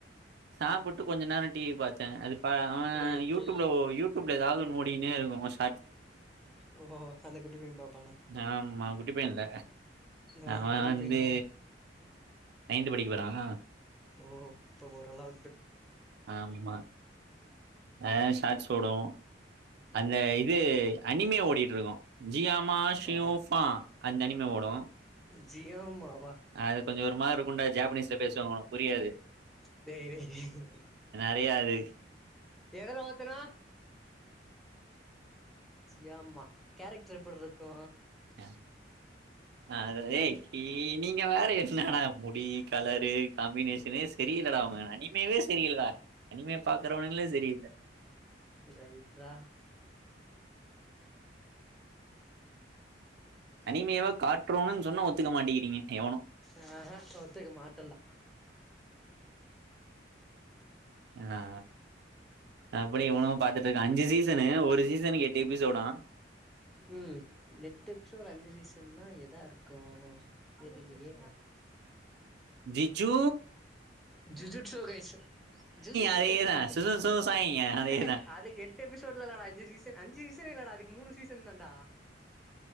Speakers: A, on the right; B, in the centre.
A: சாப்புட்டு கொஞ்ச நேர டி வி பாத்தே அது பா அவ
B: ரைட்டு.
A: யூடியூப்ல ஒ யூடியூப்ல ஏதாவது ஒன்னு ஓடினே இருக்கு வர்ஸ்
B: ஓ அந்த குட்டி பைய பாப்
A: ஆமா குட்டிபயன்ல
B: ஆ
A: அவ
B: பெரிய
A: வந்து
B: பையனா?
A: நயன்து படிக்க போறாங்க
B: ஓ இப்போ ஓரளவு
A: ஆம்மா ஆ சாட்ஸ் ஓடு அந்த இது அனிமியா ஓடிட்டுருக்கு ஜியாமா ஷூஃபா
B: ஓ
A: அந்த அனிமி ஓடு
B: ஜியாமா
A: அது கொஞ்சோ ஒரு மாரி இருக்கும்ண்டா ஜாப்பனீஸ்ல பேசுவாங்க ஒனக்கு புரியாது
B: டேய் டேய் டேய்
A: கெடையாது
B: எதல ஒத்தனா ஜியாமா கேரக்டர் எப்புட்ருக்கூ
A: அ அது ஏ நீ நீங்க வேற என்னடா முடி கலரு காம்பினேஷனே சரியில்லடா அவ அனிமேவே சரியில்லடா அனிமே பாக்குறவனுங்களே சரியில்ல
B: ரைட் ரா <inaudible>
A: அனிமையாவ கார்ட்ரூன்னுன்னு சொன்னா ஒத்துக்க மாட்டேங்கறீங்க எவனு
B: ஆ ஒத்துக்க மாட்டண்டா
A: ஆ அப்படியே இவனனு பா த்துட்டு இருக்கா அஞ்சு சீசனு ஒரு சீசனு கேட்டி எபிசோடா
B: ம் எட்டு எபிசோடு அஞ்சு சீசன்னா எதாருக்கு தெரிலயே
A: ஜிஜ்ஜூ
B: ஜிஜூட்சொ கைஸ் ஜீஜிட்ஸோ
A: அதேதா
B: கைஸ்ன்னுட்டு
A: சுசு சோ சாய் அதேதா
B: ஏய் அதுக்கு எட்டு எபிசோட்லா இல்லடா அஞ்சு சீசன் அஞ்சு த்தே இல்லடா அதுக்கு மூணு சீசன் தாண்டா